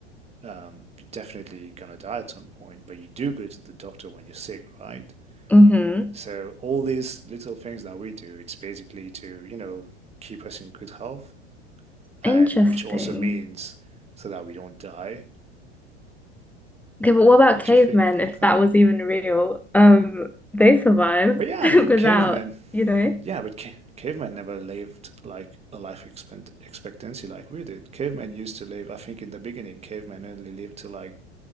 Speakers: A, on the right (about 20°); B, in the centre.
A: um, you're definitely gonna die at some point. But you do go to the doctor when you're sick, right?
B: Mm-hmm.
A: So all these little things that we do, it's basically to you know keep us in good health, and
B: Interesting.
A: which also means so that we don't die.
B: Okay, but what about
A: Don't
B: cavemen,
A: you think like
B: if
A: that?
B: that was even real? Um, they survived
A: But yeah, I mean,
B: <laughs> without,
A: cavemen,
B: you know,
A: Yeah, but ca cavemen never lived like a life expect expectancy like we did. Cavemen used to live, I think in the beginning, cavemen only lived to like